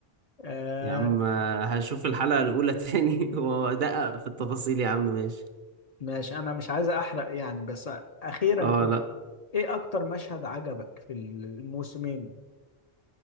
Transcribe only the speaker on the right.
يا عم آه، هشوف الحلقه الاولى تاني <laughs> وادقق في التفاصيل يا عم ماشي
اه
لا